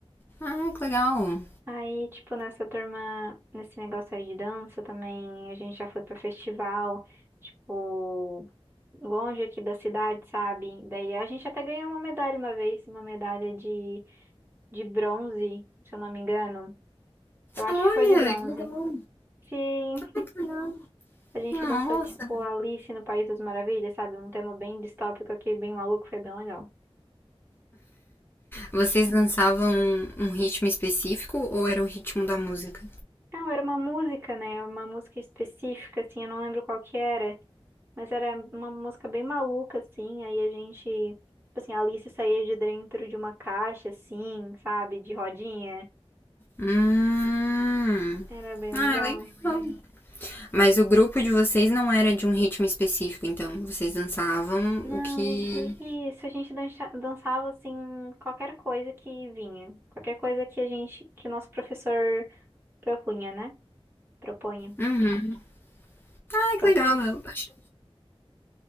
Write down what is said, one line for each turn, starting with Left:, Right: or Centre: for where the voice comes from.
Left: Ah, que legal.
Right: Aí, tipo, nessa turma, nesse negócio aí de dança também, a gente já foi pra festival, tipo, longe aqui da cidade, sabe? Daí a gente até ganhou uma medalha uma vez, uma medalha de, de bronze, se eu não me engano. Eu acho
Left: Olha,
Right: que foi de bronze.
Left: que legal.
Right: Sim,
Left: Ah, que legal.
Right: a gente
Left: Nossa.
Right: dançou, tipo, Alice no País das Maravilhas, sabe? Um tema bem distópico aqui, bem maluco, foi bem legal.
Left: Vocês dançavam um ritmo específico ou era o ritmo da música?
Right: Não, era uma música, né? Uma música específica, assim, eu não lembro qual que era. Mas era uma música bem maluca, assim. Aí a gente, tipo assim, a Alice saía de dentro de uma caixa, assim, sabe? De rodinha.
Left: Hum.
Right: Era bem
Left: Ah,
Right: legal.
Left: legal. Mas o grupo de vocês não era de um ritmo específico, então. Vocês dançavam
Right: Não,
Left: o que.
Right: a gente, isso, a gente dancha- dançava, assim, qualquer coisa que vinha. Qualquer coisa que a gente, que o nosso professor propunha, né? Propunha.
Left: Uhum. Ah,
Right: Propôs.
Left: que legal. Eu, acho-